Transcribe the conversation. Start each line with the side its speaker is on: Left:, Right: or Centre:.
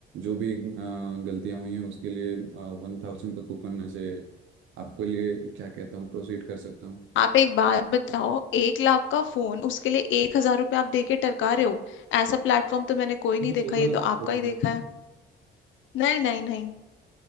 Right: जो भी अ, गलतियाँ हुई हैं उसके लिए वन थाउजेंड का कूपन ऐसे आपके लिए क्या कहता हूँ प्रोसीड कर सकता हूँ
Left: आप एक बात बताओ एक लाख का फोन उसके लिए एक हजार रुपये आप दे के टरका रहे हो ऐसा प्लेटफॉर्म तो मैंने कोई नहीं
Right: उसमें
Left: देखा
Right: टोकन
Left: ये
Right: ऑफ
Left: तो
Right: एप्रिसिएशन
Left: आपका ही देखा है नहीं नहीं नहीं